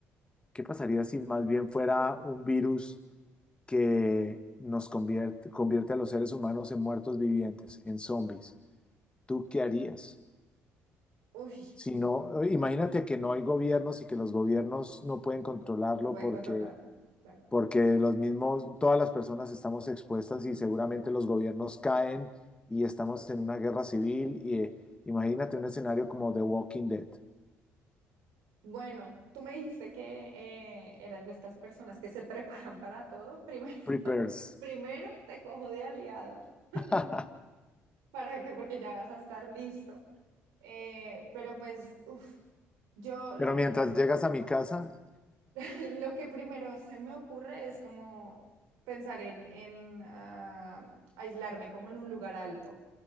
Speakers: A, on the left; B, on the right.
A: ¿qué pasaría si más bien fuera un virus que nos convierte, convierte a los seres humanos en muertos vivientes, en zombies? ¿Tú qué harías?
B: Uy,
A: Si no, eh, imagínate que no hay gobiernos y que los gobiernos no pueden controlarlo
B: no pueden
A: porque,
B: controlarlo, claro.
A: porque los mismos, todas las personas estamos expuestas y seguramente los gobiernos caen y estamos en una guerra civil. Y eh, imagínate un escenario como The Walking Dead.
B: Bueno, tú me dijiste que eh, eras de estas personas que se <laughs> preparan para todo. Primero,
A: Prepares.
B: <laughs> primero te cojo de aliado. <laughs>
A: <laughs>
B: ¿Para qué? Porque ya vas a estar listo. Eh, pero pues, uff, yo lo
A: Pero mientras llegas a mi casa,
B: <laughs> Lo que primero se me ocurre es como pensar en, en, ah, aislarme como en un lugar alto.